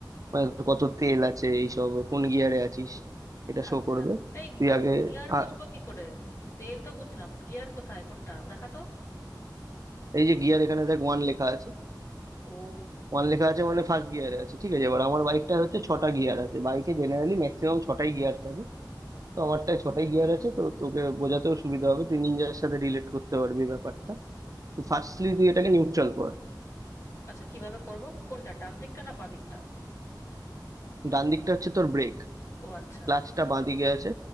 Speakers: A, on the left; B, on the right.
A: হুম
B: মানে তোর কত তেল আছে এইসব কোন গিয়ারে আছিস এটা শো
A: আচ্ছা
B: করবে
A: এই
B: তুই
A: কোন
B: আগে
A: গিয়ার
B: আ-
A: বুঝবো কি করে তেল তো বুঝলাম গিয়ার কোথায় কোনটা দেখা তো
B: এই যে গিয়ার এখানে দেখ ওয়ান লেখা আছে
A: ও
B: ওয়ান লেখা আছে মানে ফার্স্ট গিয়ারে আছে ঠিক আছে এবার আমার বাইকটা হচ্ছে ছটা গিয়ার আছে বাইকে জেনারেলি ম্যাক্সিমাম ছটাই গিয়ার থাকে তো আমারটায় ছটাই গিয়ার আছে তো তোকে বোঝাতেও সুবিধা হবে তুই নিনজার সাথে রিলেট করতে পারবি ব্যাপারটা তো
A: আচ্ছা
B: ফার্স্টলি তুই এটাকে নিউট্রাল কর
A: আচ্ছা কিভাবে করব কোনটা ডান দিকটা না বাঁ দিকটা
B: ডান দিকটা হচ্ছে তোর ব্রেক
A: ও আচ্ছা
B: ক্লাচটা বাঁ দিকে আছে